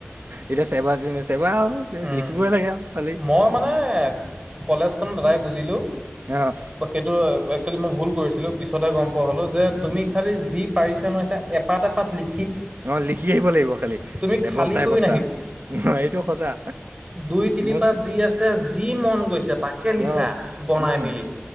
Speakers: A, on the right; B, on the right.
A: এতিয়া চেবা-চেবা আও
B: উম
A: লিখিবই লাগে, আৰু খালি।
B: মই, মানে, কলেজখন দাদাই বুজিলোঁ,
A: অ',
B: সেটো <unintelligible> এক্সোৱেলি, মই ভুল কৰিছিলোঁ। পিছতে গম পোৱা হ'ল, <unintelligible> যে তুমি খালি যি পাৰিছা, নোৱাৰিছা, এটা এটা পাত লি
A: অ', লিখি আহিব লাগিব। খালি
B: তুমি
A: এবস্তা-এবস্তা,
B: খালী কৰি
A: এইটো সঁচা
B: দুই-তিনি
A: মোৰ
B: পাত যি আছে, যি মন গৈছে, তাকে লিখা
A: অ'।
B: বনাই
A: উম,
B: মেলি।